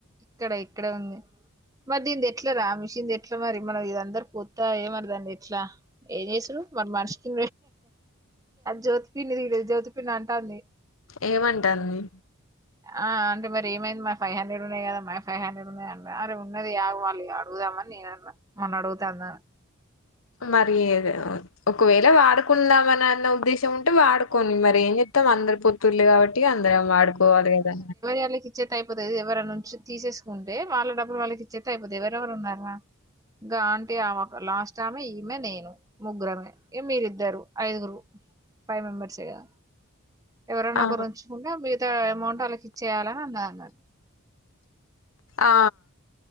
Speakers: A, on the right (about 15°); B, on the left (about 65°).
A: ఇక్కడ ఇక్కడ ఉంది మరి దీని ఎట్ల రా మిషిన్ ద ఎట్లా మరి మన ఇ అందరుూ పూత ఏమరి దాంన్ని ఎట్లా ఏం చేసారు మన మనిషికి జ్యోతి పండిది జ్యోతి పిండి అంటాంది
B: ఏమంటాన్ని
A: ఆ అ మరి ఏమైంది మరి ఫైవ్ హండ్రెడ్ ఉన్నాయి కదా మ ఫైవ్ హండ్రెడ్ ఉన్నా అన్నారు అరేన్నదిగుళ్ళు అడుగుదామని నే అ మన్న అడుగుతు అందా
B: మరి ఒకవేళ వాడుకుదామని అన్న ఉద్దేశం ఉంటే వాడుకొని మరి ఏం. మొత్తం అందరు పొత్తుళ్లే కాబట్టి అందరం వాడుకోవాలి కదా.
A: వాళ్ళకి ఇచ్చేతే అయిపోతాది ఎవరి నుంచి తీసేసుకుంటే వాళ్ళ డబ్బులు వాళ్ళకి ఇచ్చేతే అయిపోతాది ఎవరెవరు ఉన్నారా. ఇంకా ఆంటీ ఆమె లాస్ట్ ఆమె ఈమె నేను ముగ్గురమే మీరిద్దరు ఐదుగురు. ఫైవ్ మెంబర్స్ గా. ఎవరన్నా
B: ఆ
A: గురించుకుంటే మిగతా అమౌంట్ వాళ్ళకి ఇచ్చేయాలని అన్నా అన్న.
B: ఆ.